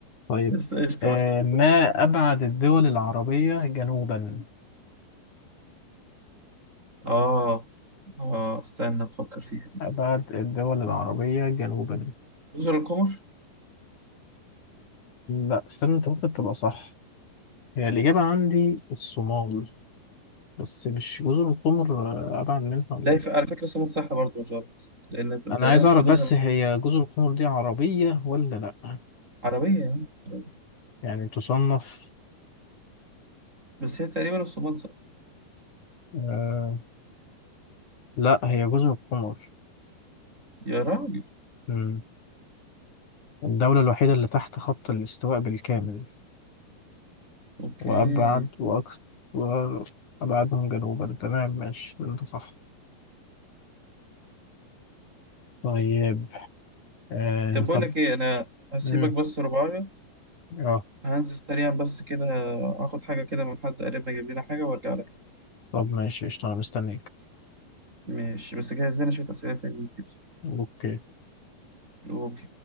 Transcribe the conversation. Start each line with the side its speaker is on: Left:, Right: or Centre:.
Left: طيب
Right: بس قشطه
Left: آه
Right: ماشي.
Left: ما ابعد الدول العربية جنوبا
Right: اه اه استنى افكر فيها دي
Left: ابعد الدول العربية جنوبا
Right: جزر القمر
Left: لا استنى انت ممكن تبقى صح هي الإجابة عندي الصومال بس مش جزر القمر آه، أبعد منها ولا
Right: لا
Left: إيه؟
Right: ف... على فكره سمك صح برضه مش غلط لان
Left: أنا
Right: تقريبا
Left: عايز أعرف
Right: حدودها
Left: بس
Right: مع-
Left: هي جزر القمر دي عربية ولا لأ؟
Right: عربيه يا عم عربية.
Left: يعني تصنف
Right: بس هي تقريبا الصومال صح
Left: آه لأ هي جزر القمر
Right: يا راجل
Left: مم. الدولة الوحيدة اللي تحت خط الاستواء بالكامل
Right: اوكي
Left: وأبعد وأكثر وأبعدهم جنوبا تمام ماشي أنت صح طيب آه
Right: طب بقول
Left: طب
Right: لك ايه انا هسيبك
Left: مم.
Right: بس رباية
Left: اه
Right: هنزل سريعا بس كده اخد حاجة كده من حد قريبنا يجيب لنا حاجة وارجع لك تاني
Left: طب ماشي قشطة أنا مستنيك
Right: ماشي بس جهز لنا شوية أسئلة تانية كده
Left: أوكي
Right: اوكي